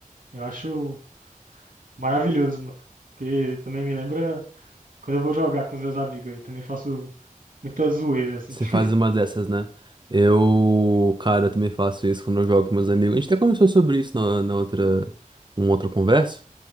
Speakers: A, on the right; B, on the right.
A: Eu acho maravilhoso, mano. Porque também me lembra quando eu vou jogar com os meus amigos aí. Também faço muita zoeira, assim.
B: Você
A: <laughs>
B: faz uma dessas, né? Eu, cara, eu também faço isso quando eu jogo com meus amigos. A gente até conversou sobre isso na, na outra, numa outra conversa.